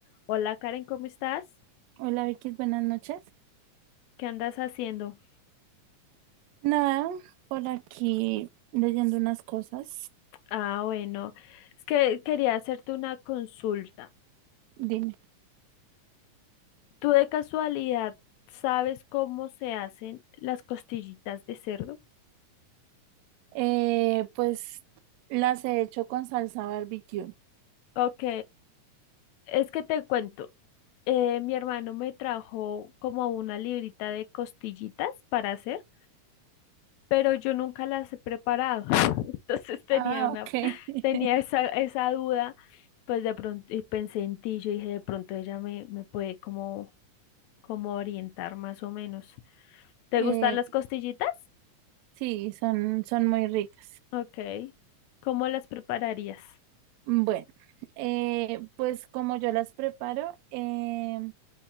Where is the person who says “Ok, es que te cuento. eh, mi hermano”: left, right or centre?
Left